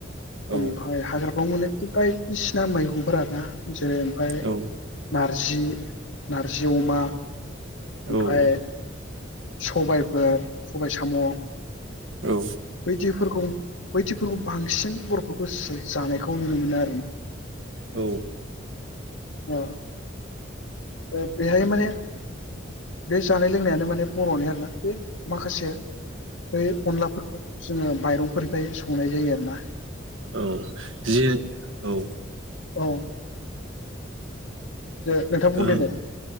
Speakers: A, on the right; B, on the left.
A: औ
B: ओमफ्राय हाग्राफ्राव मोनो बायदिसिना मैगंफोर आरोना जेरै ओमफ्राय
A: औ
B: नार जि नारजि अमा ओमफ्राय
A: औ
B: सबायफोर सबाय साम'
A: औ।
B: बेफोरखौ बैदिफोरखौ बांसिन बर'फोरखौ जो जानायखौ नुनो मोनो आरो ना।
A: औ।
B: औ। ओ बेहाय माने बे जानाय लोंनायानो माने बर'नि आरो ना, बे माखासे बै अनलाफोरखौ जोङो माइरंफोरनिफ्राय संनाय जायो आरो ना
A: औ जि औ।
B: औ। दे नोंथां बुंदो
A: ओ
B: दे